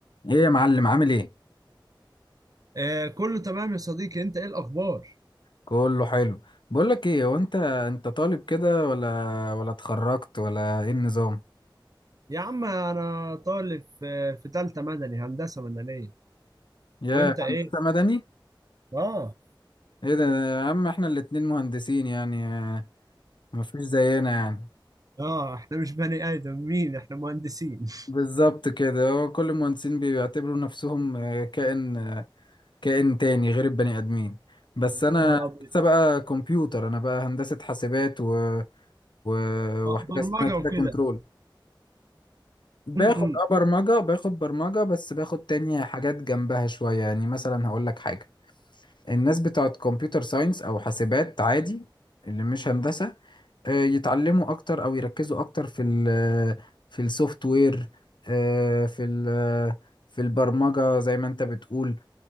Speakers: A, on the left; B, on the right.
A: ايه يا معلم عامل ايه
B: آه كله تمام يا صديقي انت ايه الاخبار
A: كله حلو بقول لك ايه هو انت انت طالب كده ولا ولا اتخرجت ولا ايه النظام
B: يا عم انا طالب في في تالتة مدني هندسة مدنية
A: يا
B: وانت ايه
A: هندسه مدني
B: اه
A: ايه ده يا عم احنا الاتنين مهندسين يعني آه، مفيش زينا يعني
B: اه احنا مش بني ادمين احنا مهندسين <laughs>
A: بالظبط كده هو كل المهندسين بيعتبروا نفسهم آه، كائن آه، كائن تاني غير البني ادمين بس انا
B: اه
A: لسه بقى كمبيوتر انا بقى هندسه حاسبات و... و... وحاجه
B: آه، برمجة
A: اسمها كده
B: وكده
A: كنترول باخد
B: امم
A: اه برمجة باخد برمجة بس باخد تاني حاجات جنبها شوية يعني مثلا هقول لك حاجة الناس بتاعت كمبيوتر ساينس أو حاسبات عادي اللي مش هندسة آه، يتعلموا أكتر أو يركزوا أكتر في ال في السوفت وير آه، في ال في البرمجة زي ما أنت بتقول